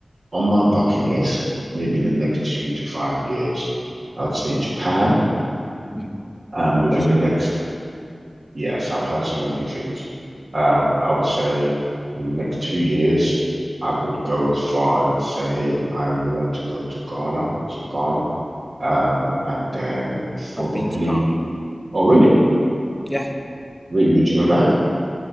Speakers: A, on the right; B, in the centre.
A: on my bucket list, maybe in the next two to five years, I'd say Japan.
B: Mhm.
A: Um, within
B: That's
A: the
B: a good
A: next,
B: one.
A: yes, I've heard so many good things. Um, I would say within the next two years, I would go as far and say I want to go to Ghana, so Ghana. Um,
B: Mhm.
A: and then probably,
B: I've been to Ghana.
A: oh really?
B: Yeah,
A: Really, would you go back?